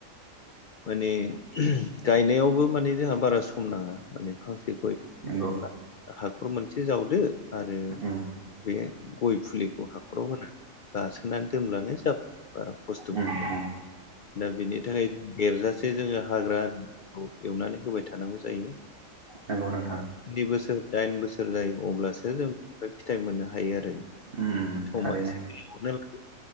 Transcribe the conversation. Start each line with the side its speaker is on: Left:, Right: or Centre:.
Left: माने गायनायावबो माने जोंहा बारा सम नाङा माने फांसे गय
Right: नोंंगौ।
Left: गायनोब्ला हाखर मोनसे जावदो आरो
Right: उम
Left: बे गय फुलिखौ हाखराव होना गासो सोनानै दोनब्लानो जाब बारा खस्थ'बो
Right: उम
Left: गैया।
Right: उम
Left: दा बिनि थाखाय गेरजासे जोङो हाग्रा खौ एवनानै होबाय थानांगौ जायो।
Right: नंगौ नोंथां
Left: ओ स्नि बोसोर दाइन बोसोर जायो अब्लासो जों ओमफ्राय फिथाइ मोननो हायो आरो
Right: उम
Left: समा
Right: थारैनो
Left: एसे <unintelligible>